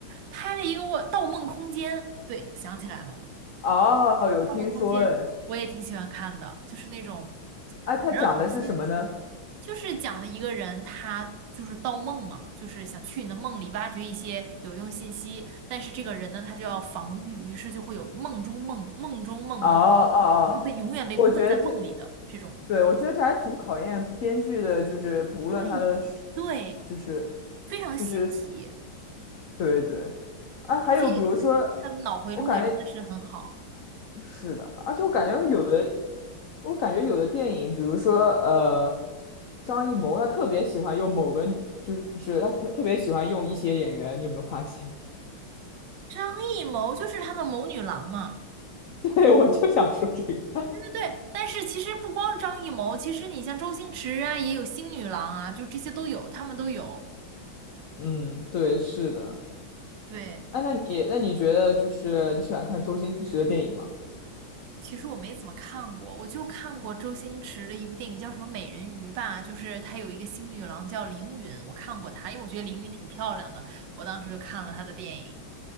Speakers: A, on the right; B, on the left.
A: 拍了一个我《盗梦空间》，对，想起来了。
B: 哦，有听说哎，
A: 盗梦空间》我也挺喜欢看的，就是那种
B: 哎，他讲的是什么呢？
A: 反正很新奇，就是讲了一个人他就是盗梦嘛，就是想去你的梦里挖掘一些有用信息，但是这个人呢他就要防御，于是就会有梦中梦、梦中梦中梦然后被永远被困在梦里的这种。
B: 哦哦哦，我觉得这，对，我觉得这还挺考验编剧的，就是无论他的是
A: 对对，
B: 就是，
A: 非常新奇，
B: 就是，对对。啊，
A: 而且他的脑回路也真的是很好。
B: 还有比如说，我感觉。是的，而且我感觉有的，我感觉有的电影，比如说呃，张艺谋他特别喜欢用某个，就是他可特别喜欢用一些演员，你有没有发现？
A: 张艺谋就是他的谋女郎嘛。
B: <laughs> 对，我就想说这个。
A: 对，但是其实不光张艺谋，其实你像周星驰啊，也有星女郎啊，就这些都有，他们都有。
B: 嗯，对，是的。
A: 对，
B: 哎，那你那你觉得就是你喜欢看周星驰的电影吗？
A: 其实我没怎么看过，我就看过周星驰的一部电影，叫什么《美人鱼》吧，就是他有一个星女郎叫凌云，我看过她，因为我觉得凌云挺漂亮的，我当时就看了她的电影，